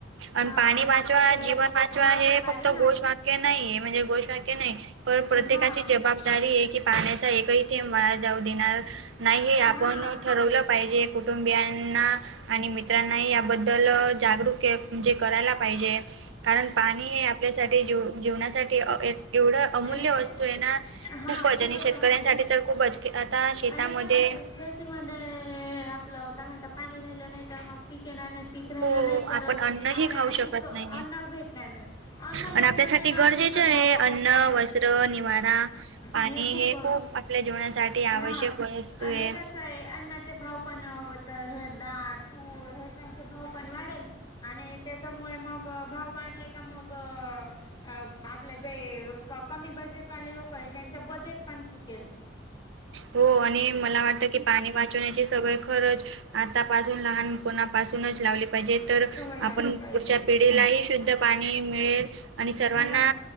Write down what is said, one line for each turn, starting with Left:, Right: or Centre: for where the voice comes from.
Right: आणि
Left: हा
Right: पाणी वाचवा
Left: त्याचे
Right: जीवन वाचवा
Left: भाव
Right: हे
Left: पण वाढेल
Right: फक्त घोषवाक्य
Left: ना
Right: नाही आहे म्हणजे घोषवाक्य नाही पण प्रत्येकाची
Left: हा
Right: जबाबदारी आहे की पाण्याचा एकही थेंब वाार जाऊ देणार नाही
Left: हा
Right: हे आपण ठरवलं पाहिजे कुटुंबियांना आणि मित्रांनाही याबद्दल जा णे करायला पाहिजे कारण पाणी हे आपल्यासाठी जीवणासाठी एवढं अमूल्य
Left: एक
Right: वस्तू आहे ना.
Left: हा
Right: खूपच आणि शेतकऱ्यांसाठी
Left: जमवले
Right: तर खूपच आता शेतामध्ये
Left: आणि कसं आहे शेतीमध्ये आपलं काय म्हणत पाणी राहिलं नाही तर मग पीक येणार नाही पीक राहील
Right: हो
Left: नाही तर
Right: आपण अन्नही
Left: आपल्याना
Right: खाऊ शकत
Left: पीक, अन्न
Right: नाही.
Left: भेटणार नाही अन्न भे
Right: आणि
Left: भेटणार,
Right: आपल्यासाठी
Left: नाही मग
Right: गरजेचे
Left: त्यांचे भाव
Right: आहे अन्न,
Left: वगैरे ह
Right: वस्त्र, निवारा, पाणी
Left: हे खूप,
Right: आपल्या जीवनासाठी आवश्यक
Left: हा
Right: वस्तू
Left: आणि
Right: आहे.
Left: कस ते अन्नाचे भाव पण हे दाळ, तूळ हे त्यांचे भाव बनणारच आणि त्याच्यामुळे मग भाव वाढले का मग आपल्या जे कमी बजेट वाले लोक हायत त्यांच्या बजेट पण सुटेल
Right: हो आणि मला वाटतं की पाणी वाचवण्याचे सगळे खरच आतापासून लहान कोणापासूनच लावली पाहिजे तर
Left: सवय लावली
Right: आपण
Left: पाहिजे
Right: पुढच्या पिढीलाही शुद्ध पाणी मिळेल आणि सर्वांना
Left: हा